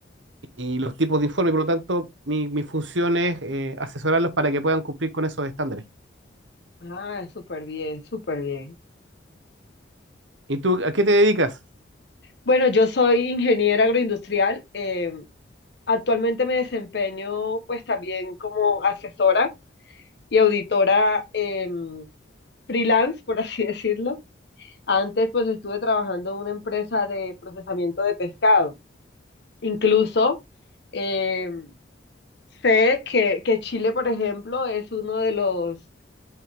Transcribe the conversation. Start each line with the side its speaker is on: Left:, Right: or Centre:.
Right: y los tipos de informe. Por lo tanto, mi, mi función es eh, asesorarlos para que puedan cumplir con esos estándares.
Left: Ah, súper bien, súper bien.
Right: ¿Y tú a qué te dedicas?
Left: Bueno, yo soy ingeniera agroindustrial, em, actualmente me desempeño pues también como asesora y auditora em, freelance, por así <laughs> decirlo. Antes pues estuve trabajando en una empresa de procesamiento de pescado. Incluso em, sé que, que Chile, por ejemplo, es uno de los